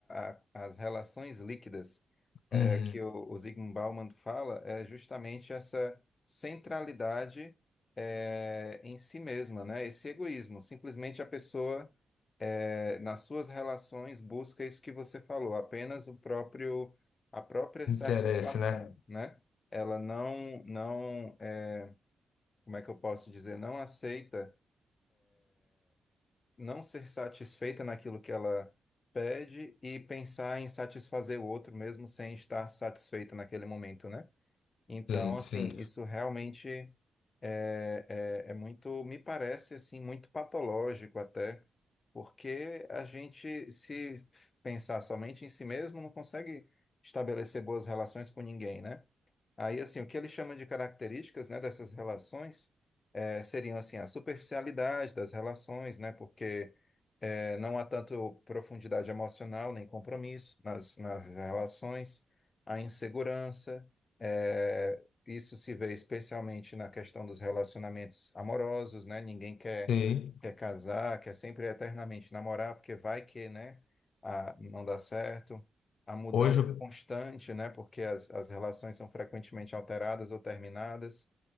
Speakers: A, on the left (about 35°); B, on the left (about 80°).
A: a- a- as relações líquidas é,
B: Uhum.
A: que o, o Zygmunt Bauman fala, é justamente essa centralidade é, em si mesma, né? Esse egoísmo, simplesmente a pessoa é, nas suas relações busca isso que você falou, apenas o próprio a própria
B: Interesse,
A: satisfação,
B: né?
A: né? Ela não, não, é, como é que eu posso dizer, não aceita não ser satisfeita naquilo que ela pede e pensar em satisfazer o outro mesmo sem estar satisfeita naquele momento, né? Então,
B: Sim,
A: assim,
B: sim.
A: isso realmente é, é, é muito, me parece assim, muito patológico até, porque a gente, se pensar somente em si mesmo, não consegue estabelecer boas relações com ninguém, né? Aí, assim, o que ele chama de características, né, dessas relações eh, seriam, assim, a superficialidade das relações, né, porque eh, não há tanto profundidade emocional nem compromisso nas, nas relações, a insegurança, eh, isso se vê especialmente na questão dos relacionamentos amorosos, né, ninguém quer,
B: Sim.
A: quer casar, quer sempre eternamente namorar, porque vai que, né, a, não dá certo a mudança
B: Hoje,
A: constante, né? Porque as, as relações são frequentemente alteradas ou terminadas.